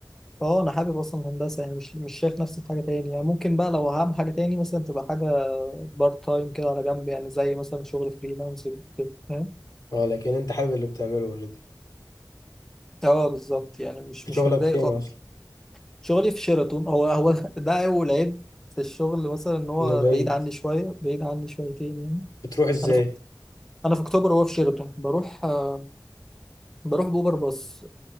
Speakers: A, in the centre; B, on the left.
A: فاه انا حابب اصلا الهندسه يعني مش مش شايف نفسي في حاجه تاني يعني ممكن بقى لو هعمل حاجه تاني مثلا تبقى حاجه بارت تايم كده على جنب يعني زي مثلا شغل فريلانسنج كده فاهم
B: اه لكن انت حابب اللي بتعمله اوريدي
A: اه بالظبط يعني مش
B: شغلك
A: مش متضايق
B: فين
A: خالص
B: اصلا
A: شغلي في شيراتون هو هو <laughs> ده اول عيب في الشغل مثلا ان هو
B: انه بعيد
A: بعيد عني شويه بعيد عني شويتين يعني
B: بتروح ازاي
A: انا في انا في اكتوبر وهو في شيراتون بروح آه، بروح باوبر باص